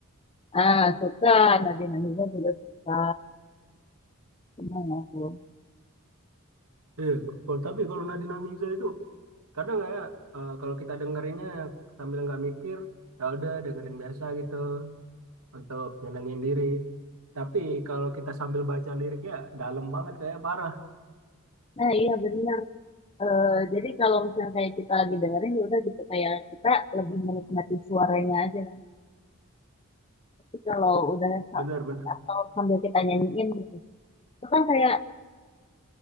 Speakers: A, on the left; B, on the right.
A: Ah, suka. Nadine Amizah juga suka. Senang aku.
B: Eh, kalau tapi kalau Nadina Miza itu kadang nggak ya eh, kalau kita dengerinnya sambil nggak mikir, ya udah dengerin biasa gitu untuk nyenengin diri. Tapi kalau kita sambil baca liriknya dalam banget kayak parah,
A: Nah, iya bener. Eh, jadi kalau misalnya kayak kita lagi dengerin ya udah gitu kayak kita lebih menikmati suaranya aja kan. Tapi kalau udah sa-
B: bener-bener
A: atau sambil kita nyanyiin gitu, itu kan kayak